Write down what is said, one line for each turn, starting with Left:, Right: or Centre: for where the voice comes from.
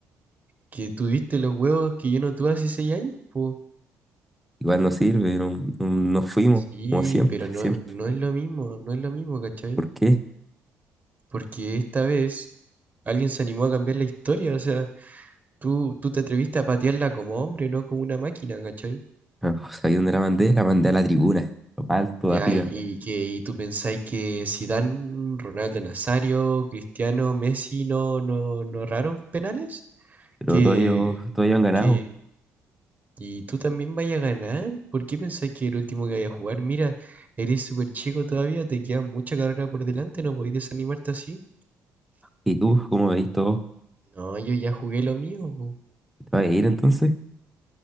Right: ¿Que tuviste los huevos que yo no tuve hace seis años? po?
Centre: Igual no sirve, no, no- nos fuimos,
Right: Sí,
Centre: como siempre,
Right: pero no,
Centre: siempre.
Right: no es lo mismo, no es lo mismo, ¿cachai?
Centre: ¿Por qué?
Right: Porque esta vez alguien se animó a cambiar la historia, o sea, tú, tú te atreviste a patearla como hombre, no como una máquina, ¿cachai?
Centre: Ah, ¿sabéis dónde la mandé? La mandé a la tribuna, lo más alto
Right: Ya,
Centre: de arriba.
Right: y, y que y tú pensáis que Zidane, Ronaldo Nazario, Cristiano, Messi no, no, no erraron penales,
Centre: Pero
Right: que,
Centre: todos ellos, todos ellos han ganado.
Right: que y tú también vayas a ganar. ¿Por qué pensáis que el último que vaya a jugar? Mira, eres súper chico todavía, te queda mucha carrera por delante, no podéis desanimarte así.
Centre: ¿Y tú, cómo veis todo?
Right: No, yo ya jugué lo mío, po.
Centre: ¿Te vas a ir entonces?